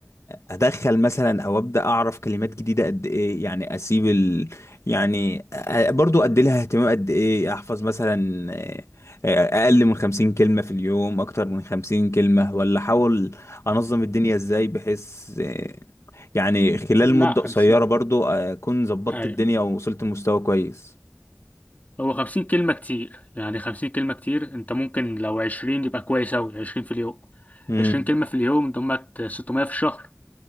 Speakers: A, on the left (about 80°); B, on the left (about 35°).
A: ادخل مثلا او ابدا اعرف كلمات جديدة قد ايه يعني اسيب ال... يعني أ- برضو ادي لها اهتمام قد ايه احفظ مثلا آه، آه، اقل من خمسين كلمة في اليوم اكتر من خمسين كلمة ولا احاول انظم الدنيا ازاي بحيث آه، يعني خلال
B: لا
A: مدة
B: خمسين
A: قصيرة برضو آه، اكون ظبطت
B: أيوة.
A: الدنيا ووصلت لمستوى كويس
B: هو خمسين كلمة كتير يعني خمسين كلمة كتير انت ممكن لو عشرين يبقى كويس أوي عشرين في اليوم
A: امم
B: عشرين كلمة في اليوم دمت ستمية في الشهر